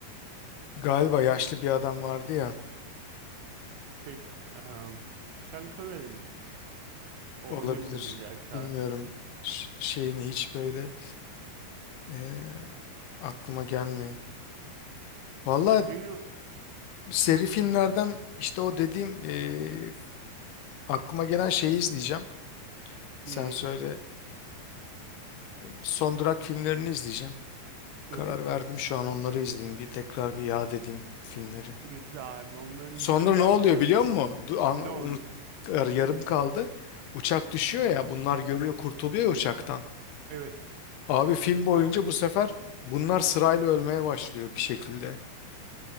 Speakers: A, on the left; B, on the right.
A: Galiba yaşlı bir adam vardı ya.
B: şey, eee Sean Connery mi? O
A: Olabilir.
B: oynamıyordu gerçi
A: Bilmiyorum.
B: artık.
A: Ş- şeyini hiç böyle e, aklıma gelmiyor. Valla
B: Şeyin o,
A: seri
B: heh,
A: filmlerden işte o dediğim e, aklıma gelen şeyi izleyeceğim. Sen
B: neyi?
A: söyle. Son Durak filmlerini izleyeceğim.
B: Hı
A: Karar
B: hı.
A: verdim şu an onları izleyeyim. Bir tekrar bir yad edeyim filmleri.
B: İzle abi, onları
A: Sonra
B: izle.
A: ne
B: Ben
A: oluyor
B: de acaba
A: biliyor musun? Du- an-
B: ne oluyor?
A: Unut, yar- yarım kaldı. Uçak düşüyor ya bunlar görüyor kurtuluyor ya uçaktan.
B: Evet,
A: Abi film boyunca bu sefer bunlar sırayla ölmeye başlıyor bir şekilde.